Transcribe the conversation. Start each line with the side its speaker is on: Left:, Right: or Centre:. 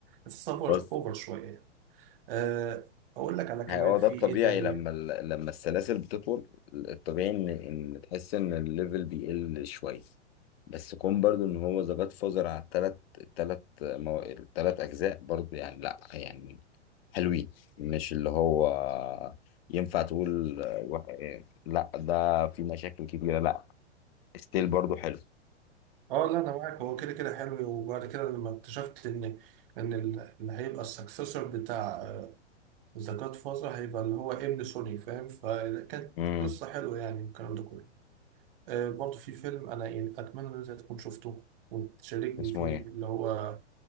Right: حاسسها أوفر
Left: بس
Right: أوفر شوية يعني. أه أقول لك على كمان
Left: هو ده
Right: في
Left: الطبيعي
Right: إيه تاني
Left: لما ال... لما السلاسل بتطول الطبيعي ان ان تحس ان الليفل بيقل شويه بس كون برضو ان هو ذا جاد فازر على التلات التلات مو... التلات اجزاء برضو يعني لا يعني حلوين مش اللي هو ينفع تقول وح- لا ده في مشاكل كبيره لا ستيل برضو حلو
Right: أه لا أنا معاك هو كده كده حلو وبعد كده لما اكتشفت إن إن ال- اللي هيبقى السكسسور بتاع آه، ذا جاد فازر هيبقى اللي هو ابن سوني فاهم فكانت
Left: امم
Right: قصة حلوة يعني والكلام ده كله آه برضه في فيلم أنا يعني أتمنى إن أنت تكون شفته وتشاركني
Left: اسمه
Right: فيه
Left: ايه
Right: اللي هو